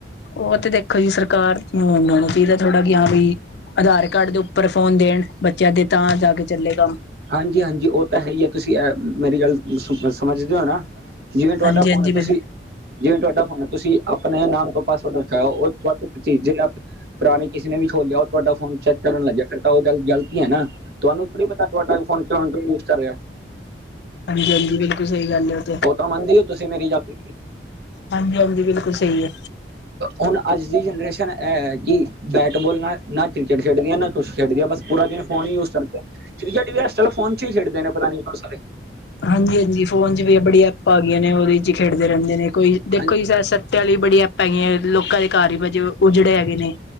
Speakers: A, on the left; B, on the right.
A: ਓ ਤੇ ਦੇਖੋ ਜੀ ਸਰਕਾਰ ਨੂੰ ਹੋਨਾ ਨੂੰ ਚਈਦਾ ਥੋੜਾ ਕਿ ਹਾਂ ਬਈ ਅਧਾਰ ਕਾਰਡ ਦੇ ਉੱਪਰ ਫੋਨ ਦੇਣ ਬੱਚੇਆਂ ਦੇ ਤਾਂ ਜਾ ਕੇ ਚੱਲੇਗਾ।
B: ਹਾਂਜੀ ਹਾਂਜੀ, ਓ ਤਾ ਹੈਈ ਐ। ਤੁਸੀ ਅ ਮੇਰੀ ਗੱਲ ਸਮ ਸਮਝਦੇ ਓ ਨਾ। ਜਿਵੇਂ ਟੁਆਡਾ
A: ਹਾਂਜੀ
B: ਫੋਨ
A: ਹਾਂਜੀ
B: ਐ
A: ਬਿਲ
B: ਤੁਸੀ ਜਿਵੇਂ ਤੁਆਡਾ ਫੋਨ ਐ, ਤੁਸੀ ਅਪਨੇ ਨਾਮ ਤੋਂ ਪਾਸਵਰਡ ਰੱਖੇਆ ਓ ਤੋਡਾ ਚੇਂਜ ਆ ਪੁਰਾਨੇ ਕਿਸੇ ਨੇ ਵੀ ਖੋਲੇਆ ਓ ਤਾਡਾ ਫੋਨ ਚੈਕ ਕਰਨ ਲੱਗੇਆ ਫੇਰ ਤਾ ਓ ਗਲ ਗਲਤੀ ਐ ਨਾ। ਤੁਆਨੂੰ ਕੀ ਪਤਾ ਤੁਆਡਾ ਫੋਨ ਕੌਣ ਕਓਂ ਯੂਜ਼ ਕਰ ਰੇਆ।
A: ਹਾਂਜੀ-ਹਾਂਜੀ ਬਿਲਕੁੱਲ ਸਈ ਗੱਲ ਐ।
B: ਓ ਤਾਂ ਮੰਨਦੀ ਓ ਤੁਸੀਂ ਮੇਰੀ <unintelligible>
A: ਹਾਂਜੀ-ਹਾਂਜੀ ਬਿਲਕੁੱਲ ਸਈ ਐ।
B: ਹੁਣ ਅੱਜ ਦੀ ਜਨਰੇਸ਼ਨ ਐ-ਐ ਕੀ ਬੈਟਬੋਲ ਨਾਲ ਨਾ ਕ੍ਰਿਕਟ ਖੇਡਦੀਆ ਨਾ ਕੁੱਛ ਖੇਡਦੇ ਆ ਬਸ ਪੂਰਾ ਦਿਨ ਫੋਨ ਈ ਯੂਜ ਕਰਦੇ ਆ ਠੀਕ ਟੀਵੀਐਸ ਫੋਨ ਚ ਈ ਖੇਡਦੇ ਨੇ ਪਤਾ <unintelligible> ਸਾਰੇ।
A: ਹਾਂਜੀ-ਹਾਂਜੀ ਫੋਨ ਚ ਵੀ ਬੜੀਆਂ ਐਪਾਂ ਆ ਗੀਆਂ ਨੇ ਓਦੇ ਚ ਈ ਖੇਡਦੇ ਰੈਂਦੇ ਨੇ ਕੋਈ
B: ਹਾਂਜੀ-
A: ਦੇਖੋ ਜੀ <unintelligible> <unintelligible> ਬੜੀ ਆਪਾਂ ਹੈਗੀ ਐ ਲੋਕਾਂ ਦੇ ਘਰ ਈ ਵਜੇ ਉਜੜੇ ਹੈਗੇ ਨੇ।